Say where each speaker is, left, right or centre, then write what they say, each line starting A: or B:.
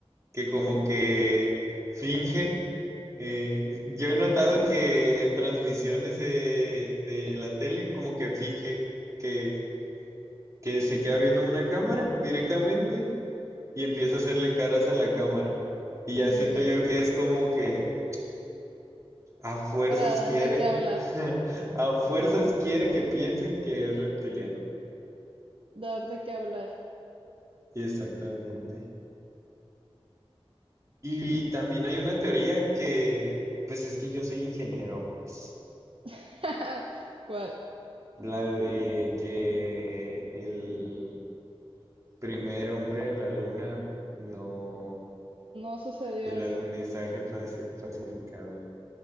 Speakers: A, on the right; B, on the right.
A: que como que finge. eh, yo he notado que en transmisiones de, de la tele, como que finge que, que se queda viendo una cámara directamente y empieza a hacerle caras a la cámara. Y ya
B: Mm,
A: siento yo que es como que, a fuerzas
B: para dar
A: quiere,
B: de qué hablar,
A: <laughs> a fuerzas quiere que piensen que es reptiliano.
B: dar de qué hablar.
A: Exactamente. Y también hay una teoría que, pues es que yo soy ingeniero, pues,
B: <laughs> ¿Cuál?
A: la de que el primer hombre en la luna no,
B: No sucedió
A: el
B: eso.
A: alunizaje fácil, falsificado.